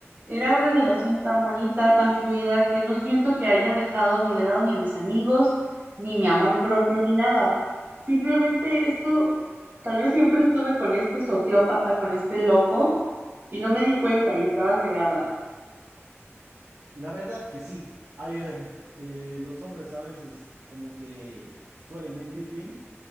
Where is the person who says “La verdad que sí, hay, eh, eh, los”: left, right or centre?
Right